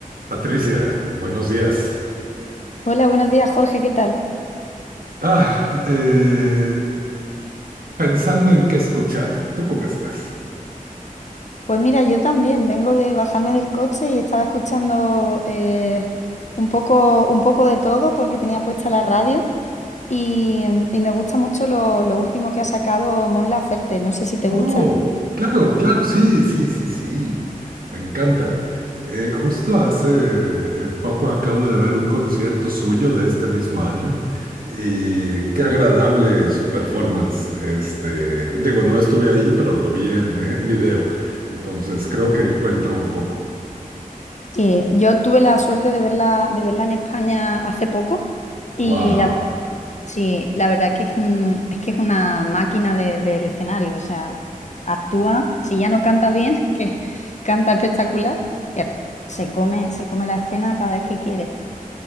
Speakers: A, on the right (about 80°); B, on the left (about 55°).
A: Patricia, buenos días.
B: Hola, buenos días, Jorge, ¿qué tal?
A: Ah, eh, pensando en qué escuchar. ¿Tú cómo estás?
B: Pues mira, yo también vengo de bajarme del coche y estaba escuchando eh, un poco, un poco de todo porque tenía puesta la radio y, mm, y me gusta mucho lo, lo último que ha sacado Mon Laferte, no sé si te gusta.
A: Oh, claro, claro, sí, sí, sí, sí. Me encanta. Eh, justo hace eh, poco acabo de ver un concierto suyo de este mismo año y qué agradable su performance. Este, digo, no estuve ahí, pero lo vi en, <laughs> en video. Entonces creo que cuenta un poco.
B: Sí, yo tuve la suerte de verla, de verla en España hace poco y
A: Wow.
B: la Sí, la verdad que es un- es que es una máquina de- del escenario, o sea, actúa, si ya no canta bien, <laughs> que canta espectacular, ya, se come, se come la escena cada vez que quiere.